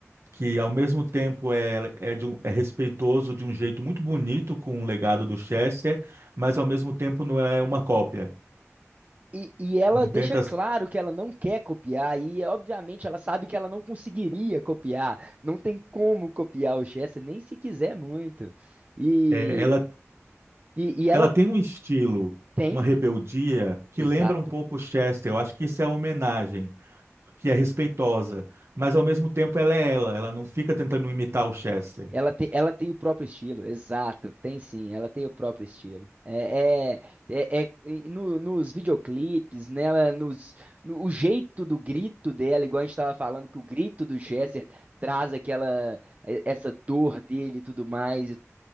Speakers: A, on the right (about 60°); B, on the right (about 30°).
A: que ao mesmo tempo é, é, de um- é respeitoso de um jeito muito bonito com o legado do Chester, mas ao mesmo tempo não é uma cópia.
B: E, e ela
A: Não
B: deixa
A: tenta,
B: claro que ela não quer copiar, e obviamente ela sabe que ela não conseguiria copiar, não tem como copiar o Chester, nem se quiser muito. E,
A: é, ela,
B: e, e ela
A: ela tem um estilo,
B: tem,
A: uma rebeldia que
B: exato,
A: lembra um pouco o Chester. Eu acho que isso é uma homenagem. que é respeitosa, mas ao mesmo tempo ela é ela, ela não fica tentando imitar o Chester.
B: ela tem, ela tem o próprio estilo, exato, tem sim, ela tem o próprio estilo. É, é, é, é- e no- nos videoclipes, nela, nos, no, o jeito do grito dela, igual a gente estava falando, que o grito do Chester traz aquela, essa dor dele e tudo mais.